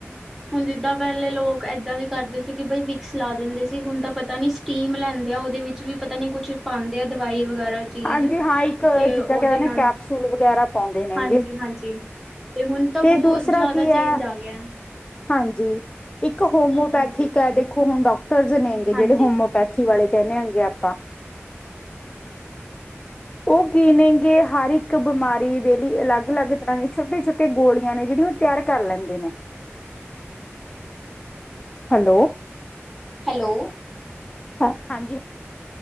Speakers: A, in the centre; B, on the left.
A: ਹੁਣ ਜਿੱਦਾਂ ਪੈਲੇ ਲੋਕ ਏਦਾਂ ਵੀ ਕਰਦੇ ਸੀ। ਕਿ ਬਈ ਵਿਕਸ ਲਾ ਦਿੰਦੇ ਸੀ ਹੁਣ ਤਾਂ ਪਤਾ ਨਹੀਂ ਸਟੀਮ ਲੈਂਦੇ ਆ ਉਹਦੇ ਵਿੱਚ ਵੀ ਪਤਾ ਨਹੀਂ ਕੁਛ ਪਾਂਦੇ ਆ ਦਵਾਈ ਵਗੈਰਾ 'ਚ ਚੀਜ਼
B: ਹਾਂਜੀ ਹਾਂ ਇੱਕ
A: ਤੇ
B: ਜਿੱਦਾਂ
A: ਉਹਦੇ
B: ਕਹਿ ਦਿੰਦੇ
A: ਨਾਲ
B: ਕੈਪਸੂਲ ਵਗੈਰਾ ਪਾਉਂਦੇ ਨੇਗੇ।
A: ਹਾਂਜੀ, ਹਾਂਜੀ। ਤੇ ਹੁਣ ਤਾਂ
B: ਤੇ
A: ਬੋਤ
B: ਦੂਸਰਾ
A: ਜ਼ਿਆਦਾ
B: ਕੀ ਹੈ
A: ਚੇਂਜ ਆ ਗਿਆ।
B: ਹਾਂਜੀ ਇੱਕ ਹੋਮਿਓਪੈਥਿਕ
A: ਹਾਂਜੀ
B: ਹੈ ਦੇਖੋ ਹੁਣ ਡਾਕਟਰਸ ਨੇਗੇ
A: ਹਾਂਜੀ
B: ਜੇੜੇ ਹੋਮਿਓਪੈਥਿਕ ਵਾਲੇ ਕਹਿੰਦੇ ਹਾਂਗੇ ਆਪਾਂ ਉਹ ਕੀ ਨੇਗੇ ਹਰ ਇੱਕ ਬਿਮਾਰੀ ਦੇ ਲਈ ਅਲੱਗ, ਅਲੱਗ ਤਰ੍ਹਾਂ ਦੀਆਂ ਛੋਟੇ, ਛੋਟੇ ਗੋਲੀਆਂ ਨੇ ਜਿਹੜੀਆਂ ਤਿਆਰ ਕਰ ਲੈਂਦੇ ਨੇ ਹੈਲੋ।
A: ਹੈਲੋ।
B: ਹਾਂਜੀ।